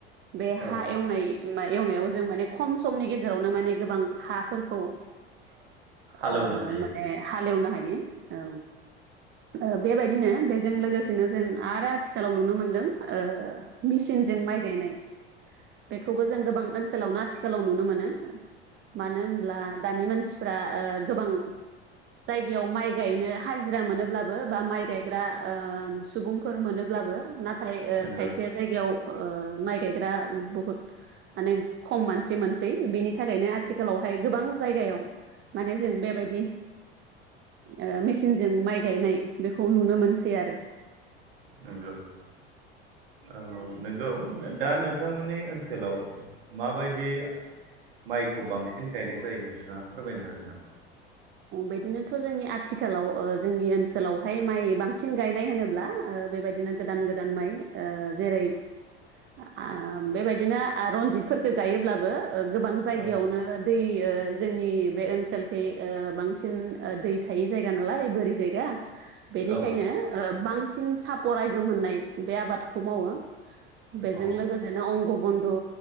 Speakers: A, on the right; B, on the right.
A: बे
B: औ
A: हा एवनाय-एवनायाव जों माने खम समनि गेजेराव। जेरावनो माने गोबां हाफोरखौ।
B: <inaudible> हालेवनो
A: ओ
B: हायो
A: माने हालेवनो हायो औ। ओ बेबायदिनो बेजों लोगोसेनो जों आरो आथिखालाव नुनो मोनदों ओ मिसिन। सिनजों माइ गायनाय। बेखौबो जों गोबां ओनसोलावनो आथिखालाव नुनो मोनो, मानो होनब्ला दानि मानसि। फ्रा ओ गोबां जायगायाव माइ गायनो हाजिरा मोनोब्लाबो बा माइ। गायग्रा ओ सुबुंफोर मोनोब्लाबो नाथाय ओ
B: नंगौ
A: खायसे जायगायाव। माइ गायग्रा बुहुद माने खम मानसि मोनसै बिनि थाखायनो आथिखालावहाय गोबां जायगायाव माने जों बेबायदि ओ मेचिनजों माइ गायनाय बेखौ नुनो मोनसै आरो।
B: नंगौ औ नंगौ दा नों थांमोननि ओनसोलाव माबायदि माइखौ बांसिन गायनाय जायो नोंथाङा फोरमायनो हागोन नामा?
A: बिदिनोथ' जोंनि आथिखालाव जोंनि ओनसोलावहाय माइ बांसिन गायनाय होनोब्ला ओ बेबायदिनो गोदान गोदान माइ ओ‌ जेरै- ओ बेबायदिनो ओ रनजितफोरखो गायोब्लाबो ओ गोबां जायगायावनो
B: औ
A: दै ओ जोंनि बे ओनसोलखै ओ बांसिन ओ दै थायै जायगा नालाय बोरि जायगा बेनिखायनो
B: औ
A: ओ बांसिन सापर आइजुम होननाय बे आबादखौ मावो। बेजों
B: औ
A: लोगोसेनो <unintelligible> ओ